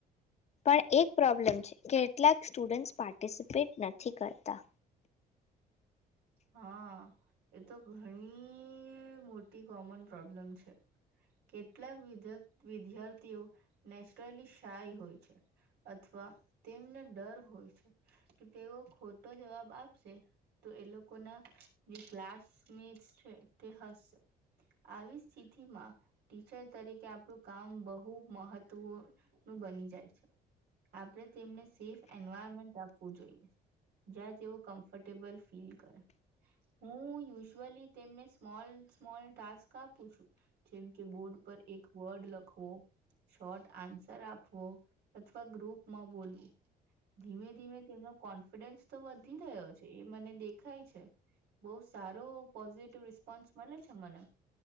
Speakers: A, on the left; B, on the right.
A: પણ એક પ્રોબ્લેમ છે કે કેટલાક સ્ટુડન્ટ્સ પાર્ટિસિપેટ નથી કરતા
B: હા એ તો ઘણી મોટી કોમન પ્રોબ્લેમ છે કેટલાક વિદ્યાર્થીઓ નેચરલી શાય હોય છે અથવા તેમને ડર હોય છે કે તેઓ ખોટો જવાબ આપશે તો એ લોકો જે ક્લાસમેટ છે તે હશે આવી સ્થિતિમાં ટીચર તરીકે આપણું કામ બહુ મહત્વ નું બની જાય છે આપણે તેમને સેફ એન્વાયરમેન્ટ આપવું જોઈએ જ્યાં તેઓ કમ્ફર્ટેબલ ફીલ કરે હું યુઝઅલી તેમને સ્મોલ સ્મોલ ટાસ્ક આપું છું જેમ કે બોર્ડ પર એક વર્ડ લખવો શોર્ટ આન્સર આપવો અથવા ગ્રુપમાં બોલવો ધીમે ધીમે તેમનો કોન્ફિડન્સ તો વધી રહ્યો છે એ મને દેખાય બહ સારો પોઝિટિવ રિસ્પોન્સ મળે છે મને